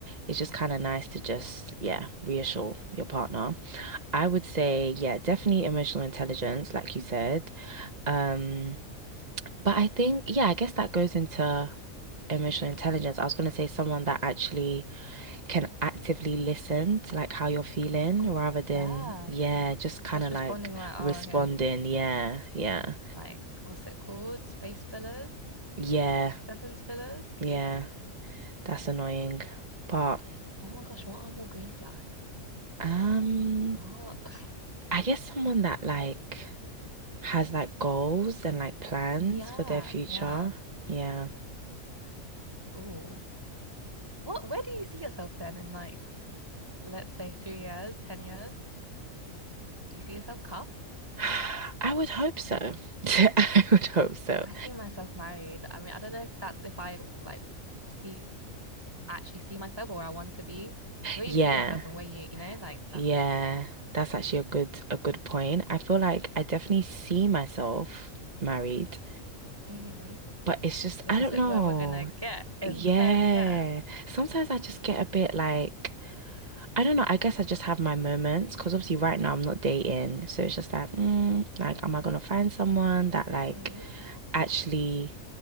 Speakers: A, on the right (about 35°); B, on the right (about 20°).
A: It's just kind of nice to just, yeah, reassure your partner. I would say, yeah, definitely emotional intelligence, like you said. Um, but I think, yeah, I guess that goes into emotional intelligence. I was going to say someone that actually can actively listen to like how you're feeling
B: Oh,
A: rather
B: yeah.
A: than, yeah, just kind
B: Just
A: of
B: responding
A: like
B: like, oh,
A: responding.
B: okay.
A: Yeah, yeah,
B: Like, what's it called? Space fillers,
A: yeah,
B: sentence fillers,
A: yeah.
B: you know?
A: That's annoying. But
B: Oh my gosh, what are more green flags?
A: um,
B: What? <laughs>
A: I guess someone that like has like goals and like plans
B: Yeah,
A: for their future.
B: yeah.
A: Yeah.
B: Oh. What, where do you see yourself then in like let's say three years, 10 years, do you see yourself cuffed?
A: <sighs> I would hope so. <laughs> I would hope so.
B: I see myself married. I mean, I don't know if that's if I like see actually see myself or where I want to be. Because where
A: Yeah.
B: you see yourself and where you, you know, like
A: Yeah.
B: that's different.
A: That's actually a good a good point. I feel like I definitely see myself married.
B: hmm
A: But it's just,
B: But
A: I don't
B: is it
A: know.
B: where we're gonna get in
A: Yeah.
B: 10 years?
A: Sometimes I just get a bit like, I don't know. I guess I just have my moments because obviously right now I'm not dating. So it's just like, mm, like, am I gonna find someone that
B: hmm
A: like actually